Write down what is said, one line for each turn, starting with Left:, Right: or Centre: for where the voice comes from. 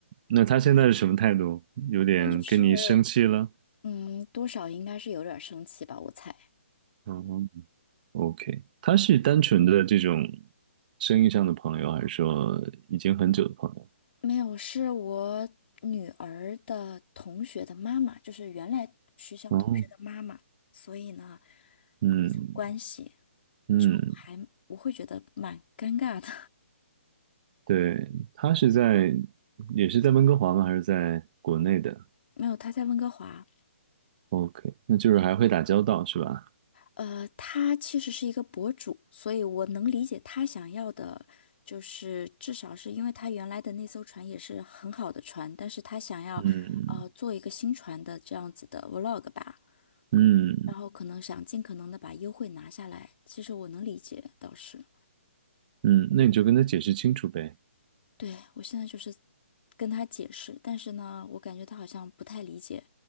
Right: 那他现在是什么态度？有点跟你生气了？
Left: 那就是 <laughs>，嗯，多少应该是有点儿生气吧，我猜。
Right: 嗯。OK，他是单纯的这种生意上的朋友，还是说已经很久的朋友？
Left: 没有，是我女儿的同学的妈妈，就是原来学校同学的妈妈，
Right: 哦，
Left: 所以呢，
Right: 嗯
Left: 这种关系
Right: 嗯，
Left: 就还我会觉得蛮尴尬的。
Right: 对，他是在也是在温哥华吗？还是在国内的
Left: <laughs> 没有，她在温哥华。
Right: ？OK，那就是还会打交道是吧？
Left: 呃，他其实是一个博主，所以我能理解他想要的，就是至少是因为他原来的那艘船也是很好的船，但是他想要，
Right: 嗯
Left: 呃，做一个新船的这样子的 vlog 吧，
Right: 嗯
Left: 然后可能想尽可能的把优惠拿下来，其实我能理解，倒是。
Right: 嗯，那你就跟他解释清楚呗，
Left: 对，我现在就是跟他解释，但是呢，我感觉他好像不太理解，